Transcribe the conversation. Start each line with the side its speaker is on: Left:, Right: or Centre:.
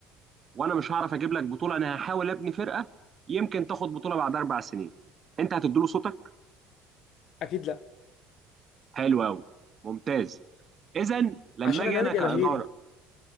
Right: وانا مش هعرف اجيب لك بطوله انا هحاول ابني فرقه يمكن تاخد بطوله بعد اربع سنين انت هتديله صوتك
Left: اكيد لا
Right: حلو قوي ممتاز اذا لما
Left: عشان
Right: اجي
Left: انا
Right: انا
Left: نادي
Right: كاداره
Left: جماهيري